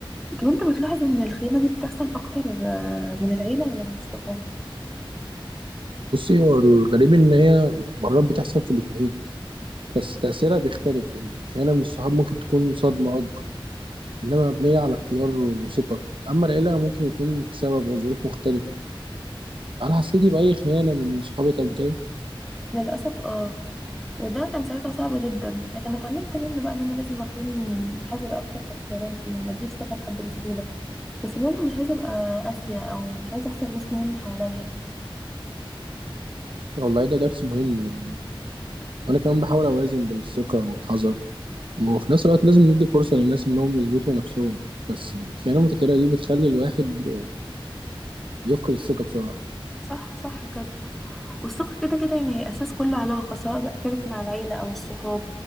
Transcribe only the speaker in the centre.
طب أنت بتلاحظ إن الخيانة دي بتحصل أكتر آه، من العيلة ولا من الصحاب؟
للأسف اه وده كان ساعتها صعب جدا لكن اتعلمت منه بقى ان انا لازم اكون حذرة اكتر في اختياراتي وما اديش ثقة لحد بسهولة بس برضه مش عايزة ابقى قاسية او مش عايزة اخسر ناس مهمة حواليا
صح صح بجد والثقة كده كده يعني هي اساس كل علاقة سواء بقى كانت مع العيلة او الصحاب